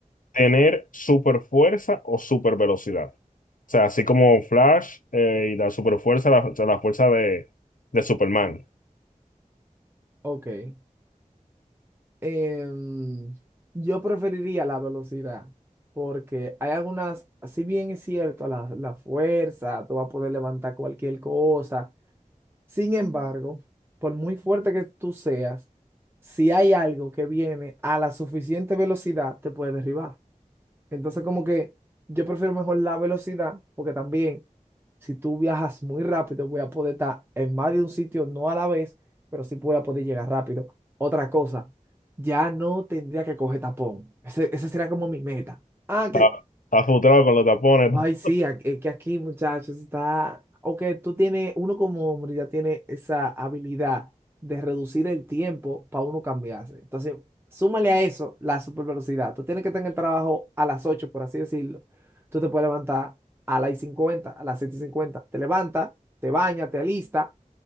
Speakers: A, on the left (about 80°); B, on the right (about 15°).
A: tener super fuerza o super velocidad. O sea, así como Flash eh, y la super fuerza, la, o sea, la fuerza de, de Superman.
B: Ok. Em, yo preferiría la velocidad porque hay algunas, si bien es cierto, la, la fuerza, tú vas a poder levantar cualquier cosa. Sin embargo, por muy fuerte que tú seas, si hay algo que viene a la suficiente velocidad, te puede derribar. Entonces, como que yo prefiero mejor la velocidad, porque también si tú viajas muy rápido, voy a poder estar en más de un sitio, no a la vez, pero sí voy a poder llegar rápido. Otra cosa, ya no tendría que coger tapón. Ese, esa sería como mi meta. Ah, que
A: Está, está frustrado con los tapones. ¿no?
B: Ay, sí, a- es que aquí, muchachos, está. O que tú tienes, uno como hombre ya tiene esa habilidad de reducir el tiempo para uno cambiarse. Entonces, súmale a eso la super velocidad. Tú tienes que tener el trabajo a las 8, por así decirlo. Tú te puedes levantar a las 50, a las 7 y 50. Te levantas, te bañas, te alistas